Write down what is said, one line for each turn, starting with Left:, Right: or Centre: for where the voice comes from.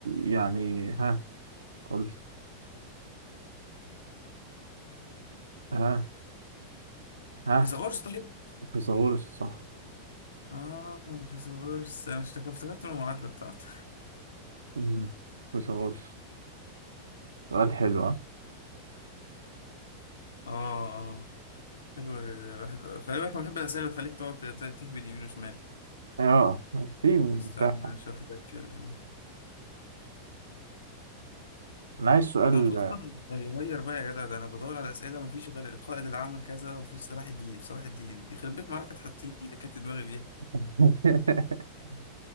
Right: يعني ها قلت ها ها
Left: فيثاغورس طيب
Right: فيثاغورس صح
Left: اه فيثاغورس انا اشتك- افتكرت من المعادله بتاعته
Right: مم. فيثاغورس سؤال حلو ها؟
Left: <laughs> اه اه حلو الواحد خلي بالك انا بحب الاسئله اللي تخليك تقعد ت- تهبد يمين وشمال
Right: اه في مساحة
Left: استنى اشوف لك آه.
Right: انا عايز سؤال
Left: طب خلاص أنا غير بقى يا جدع ده انا بدور على اسئله مفيش غير القائد اللي عمل كذا ومفيش صلاح الدين صلاح الدين دي خربت معركه حطين دي اللي كانت دماغي بيها
Right: <laughs>